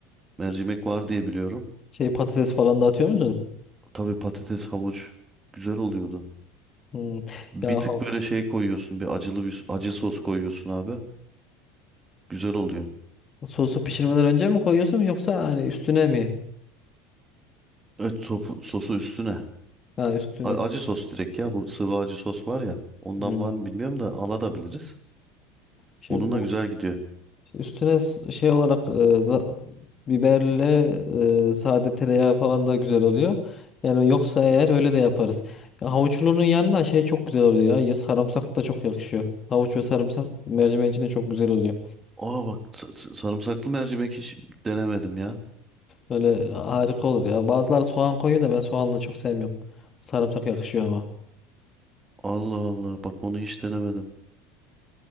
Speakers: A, on the right (about 20°); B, on the left (about 30°).
A: Mercimek var diye biliyorum.
B: şey patates falan da atıyor musun?
A: Tabii patates, havuç güzel oluyordu.
B: Hmm.
A: Bir
B: Ya
A: tık böyle şey koyuyorsun. Bir acılı bir acı sos koyuyorsun abi. Güzel oluyor.
B: Sosu pişirmeden önce mi koyuyorsun yoksa hani üstüne mi?
A: Evet topu- sosu üstüne.
B: Ha üstüne.
A: A- acı sos direkt ya. Bu sıvı acı sos var ya. Ondan
B: Hmm.
A: var mı bilmiyorum da alabiliriz.
B: Şey
A: Onunla
B: bu
A: güzel gidiyor.
B: üstüne s- şey olarak e, za- biberle e, sade tereyağı falan da güzel oluyor. Yani yoksa eğer öyle de yaparız. Ya Havuçlunun yanına şey çok güzel oluyor ya. Ya sarımsak da çok yakışıyor. Havuç ve sarımsak mercimeğin içinde çok güzel oluyor.
A: Aa bak sa- sa- sarımsaklı mercimek hiç denemedim ya.
B: Böyle e, harika olur ya. Bazıları soğan koyuyor da ben soğanlı çok sevmiyorum. Sarımsak yakışıyor ama.
A: Allah Allah bak onu hiç denemedim.